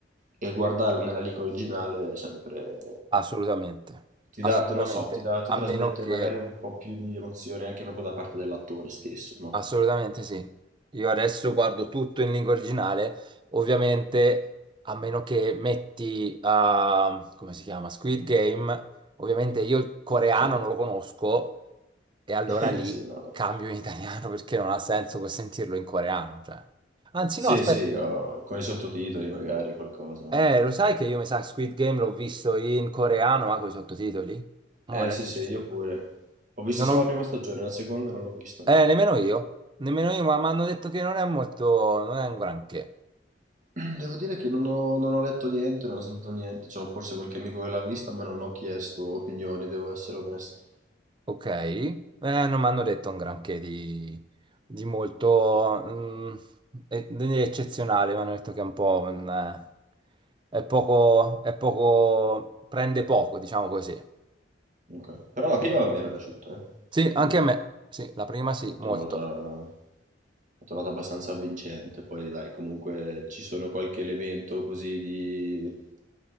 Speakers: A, on the right; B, on the right.
A: e guardarlo nella lingua originale è sempre
B: assolutamente,
A: ti
B: assolutamente,
A: dà, non lo so, ti dà- ti
B: a
A: trasmette
B: meno che...
A: magari un po' più di emozione anche proprio da parte dell'attore stesso, no?
B: Assolutamente sì. Io adesso guardo tutto in lingua originale, ovviamente a meno che metti, ah, come si chiama? Squid Game, ovviamente io il coreano
A: Sì,
B: non lo conosco e allora
A: <laughs>
B: lì
A: sì, no, no.
B: cambio in italiano <laughs> perché non ha senso sentirlo in coreano. cioè. Anzi
A: Sì,
B: no, aspetta,
A: sì, oh, con i sottotitoli magari o qualcosa.
B: eh, lo sai che io mi sa Squid Game l'ho visto in coreano ma con i sottotitoli? Mo
A: Eh
B: adesso
A: sì, sì,
B: ci sto.
A: io pure. Ho visto
B: Non
A: solo
B: ho...
A: la prima stagione, la seconda non l'ho vista ancora.
B: Eh, nemmeno io, nemmeno io, ma mi hanno detto che non è molto, non è un granché.
A: <clears throat> Devo dire che non ho, non ho letto niente, non ho sentito niente. C'ho forse qualche amico che l'ha vista, ma non ho chiesto opinioni, devo essere onesto.
B: Ok, eh, non mi hanno detto un granché di, di molto mm, e- di eccezionale, mi hanno detto che è un po' un, eh, è poco, è poco, prende poco, diciamo così.
A: Ok. Però la prima mi era piaciuta, eh,
B: Sì,
A: devo
B: anche
A: dire.
B: a me, sì, la prima sì,
A: L'ho
B: molto.
A: trovata, l'ho trovata abbastanza avvincente. Poi, dai, comunque ci sono qualche elemento così di,